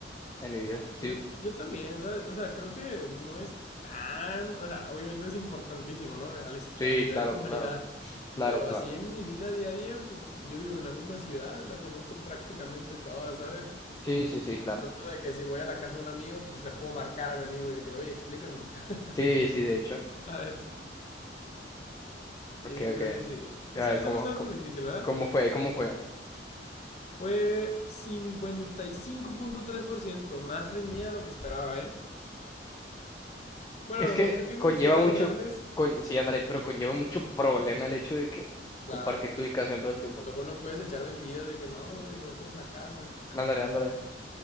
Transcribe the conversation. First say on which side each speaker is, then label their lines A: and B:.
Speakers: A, on the left; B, on the left.
A: en mi vida. Sí,
B: Yo, yo también, ¿sabes? O sea, creo que no es tan, o sea, obviamente es importantísimo, ¿no? Al est-
A: sí,
B: A, nivel
A: claro,
B: humanidad.
A: claro, claro,
B: Pero
A: claro.
B: así en mi vida diaria, pues yo vivo en la misma ciudad, la conozco prácticamente toda, ¿sabes?
A: Sí, sí, sí, claro.
B: Incluso de que si voy a la casa de un amigo, pues le puedo marcar a mi amigo y de que, oye, explícame, <laughs>
A: Sí, sí, de hecho.
B: ¿sabes? Sí,
A: Ok, ok.
B: creo que sí. Esa,
A: A ver,
B: esa
A: ¿cómo,
B: no estaba
A: cómo,
B: tan difícil, ¿verdad?
A: cómo fue? ¿Cómo fue?
B: Fue cincuenta y cinco punto tres por ciento más reñida de lo que esperaba, ¿eh? Bueno,
A: Es
B: a lo
A: que
B: mejor entiendo
A: conlleva
B: que en ciudades
A: mucho,
B: grandes,
A: con, sí, ándale,
B: eh,
A: pero conlleva mucho
B: sí,
A: problema el hecho de que
B: claro,
A: compartir tu ubicación todo el tiempo.
B: Luego no puedes echar mentiras de que no, güey, no estoy en la casa.
A: Ándale, ándale.